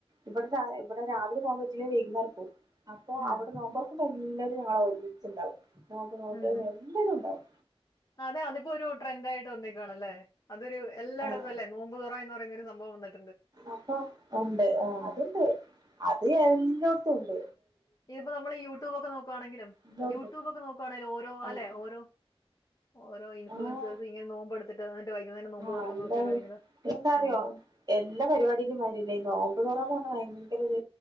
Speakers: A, on the right; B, on the left.
A: ഇവടെ താഴെ ഇവടെ രാവിലെ പോവാം പറ്റീല്ലെ വെയ്കുന്നാരം പോവും അപ്പൊ
B: ഉം
A: അവടെ നോമ്പർക്കുമ്പം എല്ലരും ഞങ്ങളൊര്മിച്ച്ണ്ടാവും നോമ്പ് നോറ്റോരും
B: ഉം ഹും
A: എല്ലരുണ്ടാവും
B: അതെ അതിപ്പൊരു ട്രെൻഡായിട്ട് വന്നേക്കുവാണല്ലേ അതൊരു എല്ലാടെത്തും
A: ആഹ്
B: അല്ലേ നോമ്പ്തൊറ എന്ന് പറയുന്നൊരു സംഭവം വന്ന്
A: അപ്പൊ ഉണ്ട് ആഹ് അത്ണ്ട് അത് എല്ലാേട്ത്തൂണ്ട്
B: പിന്നെപ്പ നമ്മള് യൂടൂബൊക്കെ നോക്കുവാണെങ്കിലും
A: എല്ലോട്ത്തും
B: യൂടൂബൊക്കെ നോക്കുവാണേലും ഓരോ അല്ലെ
A: ആഹ്
B: ഓരോ ഓരോ ഇൻഫ്ലുവൻസേഴ്സ്
A: ആഹ്
B: ഇങ്ങെനെ നോമ്പെട്ത്തിട്ട് അന്നെട്ട് വൈക്ന്നേരം നോമ്പ്
A: ആഹ്
B: തൊറക്കുന്നൊക്കെ
A: എന്താണ്
B: വയ്ങ്കര
A: എന്താ അറിയോ
B: ഉം
A: എല്ലാ പരിവാടിന്റിം മായ്‌രി അല്ല ഇ നോമ്പ് തൊറാന്ന് പർഞ്ഞാ വയങ്കരൊര്